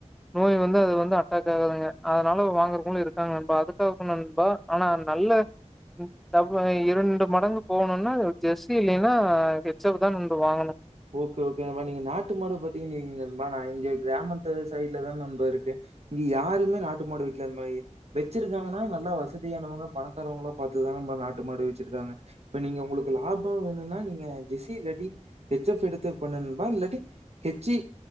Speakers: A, in the centre; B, on the right (about 55°).
A: நோய் வந்து அது வந்து அட்டாக் ஆகாதுங்க அதனால வாங்குறக்குங்களு இருக்காங்க நண்பா அதுக்காக சொன்ன நண்பா ஆனா நல்ல ம் இரண்டு மடங்கு போணும்னா ஜெர்சி இல்லன்னா ஹெச் எப் தா நண்பா வாங்கணு
B: ஓகே ஓகே நண்பா நீங்க நாட்டு மாடு பாத்தீங்கன் வைங்க நா இங்க கிராமத்து சைட்ல தா நண்பா ருக்கு இங்க யாருமே நாட்டு மாடு விக்கலேங் பாயி வச்சிருக்காங்கன்னா நல்லா வசதியானவங்க பணக்காரவங்களா பாத்து தா நண்பா நாட்டு மாடு வச்சுருக்காங்க இப்ப நீங்க உங்களுக்கு லாபம் வேணும்னா நீங்க ஜெஸ்ஸி இல்லாட்டி ஹச் எப் எடுத்து பண்ணு நண்பா இல்லாட்டி ஹெச்சி